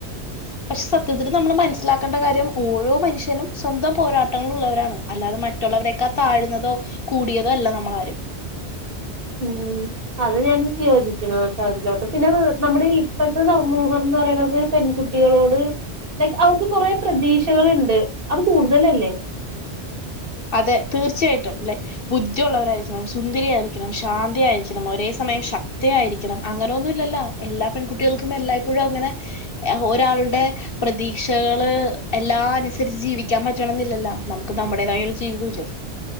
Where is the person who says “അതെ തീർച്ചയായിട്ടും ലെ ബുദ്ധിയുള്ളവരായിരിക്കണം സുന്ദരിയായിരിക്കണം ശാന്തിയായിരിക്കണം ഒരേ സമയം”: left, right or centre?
Left